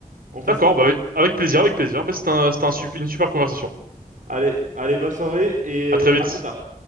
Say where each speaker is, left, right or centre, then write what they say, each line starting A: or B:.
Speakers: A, on the right; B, on the right.
A: On fait
B: D'accord,
A: ça?
B: bah oui. avec plaisir, avec plaisir. Bah, c'était un, c'était un sup- une super conversation.
A: Allez, allez, bonne soirée et
B: À très vite.
A: à plus tard.